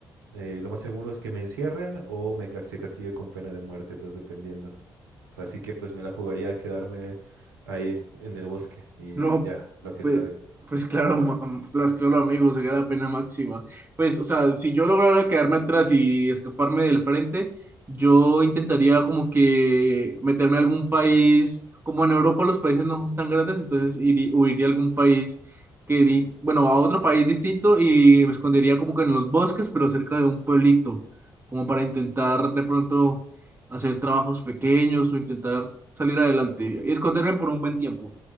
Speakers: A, on the right (about 85°); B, on the right (about 20°).
A: eh, lo más seguro es que me encierren o me cas- se castigue con pena de muerte, pues dependiendo. O sea, así que pues me la jugaría a quedarme ahí en el bosque y
B: No,
A: ya, lo que
B: pues,
A: salga.
B: pues claro, ma- am- pues claro, amigo, sería la pena máxima. Pues, o sea, si yo lograra quedarme atrás y escaparme del frente, yo intentaría como que meterme a algún país, como en Europa los países no son tan grandes, entonces iría, huiría a algún país que, di- bueno, a otro país distinto y me escondería como que en los bosques, pero cerca de un pueblito, como para intentar de pronto hacer trabajos pequeños o intentar salir adelante y esconderme por un buen tiempo.